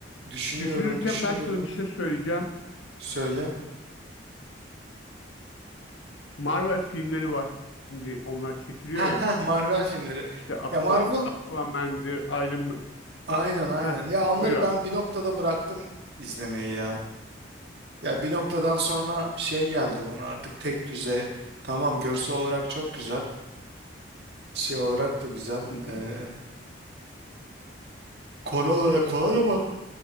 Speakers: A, on the right; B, on the left.
A: düşünüyorum,
B: Düşünürken
A: düşünüyorum.
B: ben sana bir şey söyleyeceğim.
A: Söyle.
B: Marvel filmleri var. Şimdi onlar çekiliyor
A: Ha
B: ya.
A: ha Marvel filmleri.
B: İşte Aquaman,
A: Ya Marvel
B: Aquaman'dir, Iron Man.
A: aynen aynen.
B: Heh,
A: Ya onları
B: buyur abi.
A: ben bir noktada bıraktım izlemeyi ya. Ya bir noktadan sonra şey geldi bana artık tek düze. Tamam görsel olarak çok güzel. Şey olarak da güzel.
B: Hı hı.
A: Ee, konu olarak falan ama